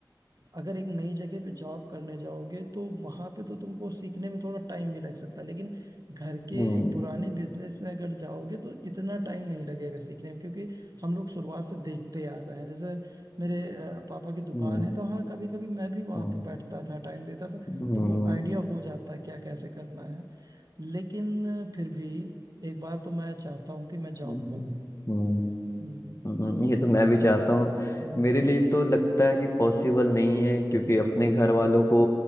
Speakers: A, on the right (about 50°); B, on the left (about 40°).
A: अगर एक नई जगह पे जॉब करने जाओगे तो वहां पे तो तुमको सीखने में थोड़ा टाइम भी लग सकता है लेकिन घर के
B: हम्म
A: पुराने बिजनेस में अगर जाओगे तो इतना टाइम नहीं लगेगा सीखने में क्योंकि हम लोग शुरुआत से देखते आ रहे हैं जैसे मेरे अ, पापा की दुकान
B: हम्म
A: है तो हाँ कभी कभी मैं भी वहां
B: हम्म
A: पे बैठता था टाइम देता था
B: हम्म
A: तो वो आइडिया हो जाता है क्या कैसे करना है लेकिन अ, फिर भी एक बार तो मैं चाहता हूँ कि मैं जॉब
B: हम्म,
A: करूँ
B: हम्म,
A: हम्म,
B: हम्म, ये तो मैं भी चाहता हूँ
A: हम्म,
B: मेरे लिए तो लगता है कि पॉसिबल नहीं है क्योंकि अपने घर वालों को